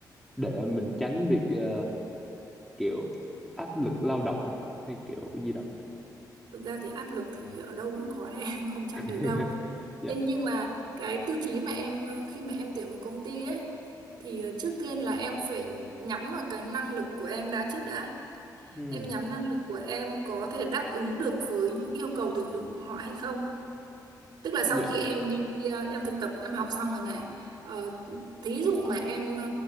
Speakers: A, in the centre; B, on the right.
A: để mình tránh bị ờ, kiểu áp lực lao động à? hay kiểu gì đó
B: thực ra thì áp lực thì ở đâu cũng có đấy <laughs> em không tránh
A: <laughs>
B: được đâu
A: dạ
B: nên nhưng mà cái tiêu chí mà em ờ, khi mà em tuyển một công ty ấy thì ờ, trước tiên là em phải nhắm vào cái năng lực của em đã trước đã
A: Hmm.
B: em nhắm năng lực của em có thể đáp ứng được với những yêu cầu tuyển dụng của họ hay không Tức là
A: dạ
B: sau khi em đi ờ, em thực tập em học xong rồi này ờ, thí dụ mà em ờ,